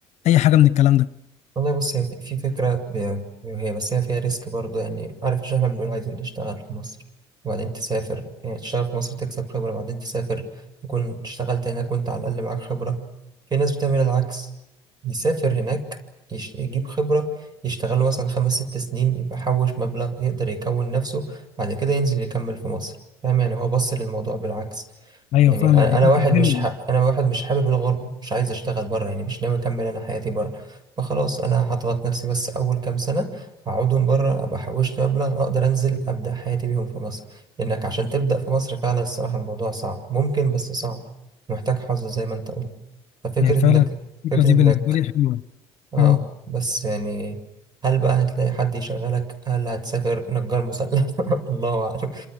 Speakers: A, on the left; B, on the right.
A: اي حاجه من الكلام ده
B: والله بص هي في في فكرة ب- هي بس هي فيها ريسك برضه يعني عارف مش احنا بنقول عايزين نشتغل في مصر وبعدين تسافر يعني تشتغل في مصر تكسب خبرة وبعدين تسافر تكون اشتغلت هناك وانت على الأقل معاك خبرة في ناس بتعمل العكس يسافر هناك يش- يجيب خبرة يشتغل مثلا خمس ست سنين يبقى حوش مبلغ يقدر يكون نفسه بعد كده ينزل يكمل في مصر فاهم يعني هو بص للموضوع بالعكس
A: ايوه
B: يعني
A: فاهمك
B: أ- انا
A: دي فكره
B: واحد مش
A: حلوه
B: ح... انا واحد مش حابب الغربه مش عايز اشتغل بره يعني مش ناوي اكمل انا حياتي بره فخلاص انا هضغط نفسي بس اول كام سنه اقعدهم بره ابقى حوشت مبلغ اقدر انزل ابدا حياتي بيهم في مصر لانك عشان تبدا في مصر فعلا الصراحه الموضوع صعب ممكن بس صعب محتاج حظ زي ما انت قلت ففكره
A: هي فعلا
B: انك
A: الفكره
B: فكره
A: دي
B: انك
A: بالنسبه لي حلوه
B: اه
A: اه
B: بس يعني هل بقى هتلاقي حد يشغلك هل هتسافر نجار مسلح <laughs> الله اعلم